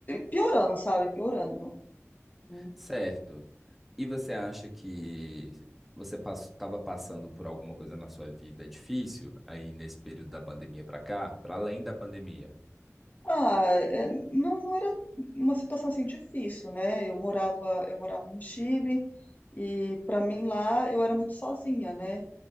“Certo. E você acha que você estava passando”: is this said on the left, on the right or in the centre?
Centre